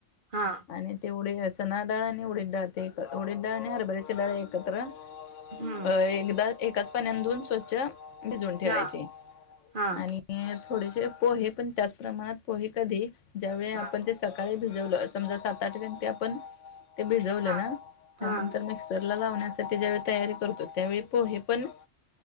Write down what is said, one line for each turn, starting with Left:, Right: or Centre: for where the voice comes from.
Right: हां,
Left: आणि ते उडीद, चणा डाळ आणि उडी डाळ ते उडीद आणि हरभरीचे डाळ एकत्र
Right: हं.
Left: अ एकदा एकाच पाण्यानं स्वच्छ भिजवून ठेवायचे
Right: हां, हां,
Left: आणि थोडेसे पोहे पण त्याच प्रमाणात पोहे कधी ज्यावेळी आपण
Right: हां,
Left: ते सकाळी भिज समजा सात आठ घंटे आपण ते भिजवलं
Right: हां,
Left: ना.. त्यानंतर
Right: हां,
Left: मिक्सरला लावण्यासाठी ज्यावेळी तयारी करतो त्यावेळी पोहे पण